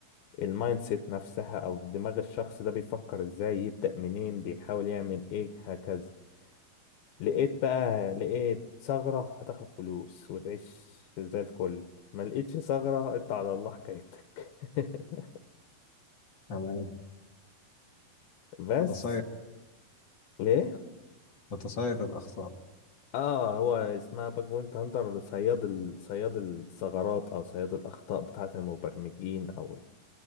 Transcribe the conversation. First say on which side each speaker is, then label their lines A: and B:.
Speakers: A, on the left; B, on the left.
A: المايند سيت نفسها أو دماغ الشخص ده بيفكر ازاي يبدأ منين بيحاول يعمل ايه هكذا لقيت بقى لقيت ثغرة هتاخد فلوس وتعيش زي الفل ما لقيتش ثغرة انت على الله حكايتك <laughs>
B: تمام
A: بس
B: تتصيد
A: ليه؟
B: تتصيد الأخطاء
A: اه هو اسمها باك بوينت هانتر صياد ال... صياد الثغرات او صياد الاخطاء بتاعة المبرمجين او